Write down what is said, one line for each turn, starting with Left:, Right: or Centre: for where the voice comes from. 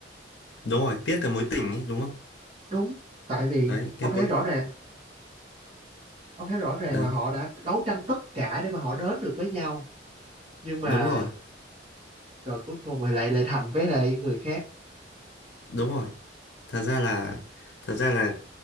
Left: đúng rồi tiếc cái mối tình ấy đúng không
Right: đúng tại vì
Left: đấy cái
Right: ông thấy
Left: mối
Right: rõ ràng ông thấy rõ ràng
Left: đấy
Right: là họ đã đấu tranh tất cả để mà họ đến được với nhau nhưng mà
Left: đúng rồi
Right: rồi cuối cùng thì lại lại thành với lại người khác
Left: đúng rồi thật ra là thật ra là